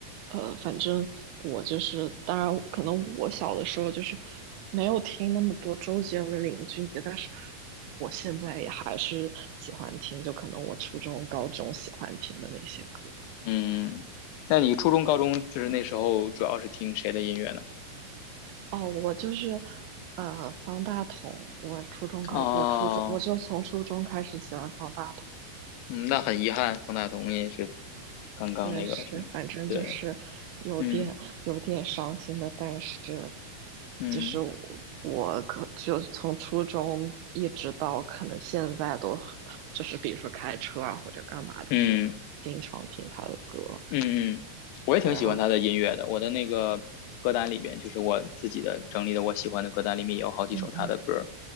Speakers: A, on the right; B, on the left.
A: 呃，反正我就是，当然可能我小的时候就是没有听那么多周杰伦、林俊杰，但是我现在也还是喜欢听，就可能我初中、高中喜欢听的那些歌。
B: 嗯，那你初中、高中就是那时候主要是听谁的音乐呢？
A: 哦，我就是，呃，方大同，我初中高，
B: 哦，
A: 我初中我就从初中开始喜欢方大同。
B: 嗯，那很遗憾，方大同也是刚刚那个什么，
A: 对，是，反正就是有点有点伤心的，
B: 对，嗯
A: 但是
B: 嗯
A: 其实我我可就从初中一直到可能现在都很就是比如说开车啊或者干嘛的时候，
B: 嗯。
A: 经常听他的歌。
B: 嗯嗯，我也挺喜欢他的音乐的。
A: 对，然后
B: 我的那个歌单里边，就是我自己的整理的我喜欢的歌单里面也有好几首他的歌儿。
A: 嗯嗯。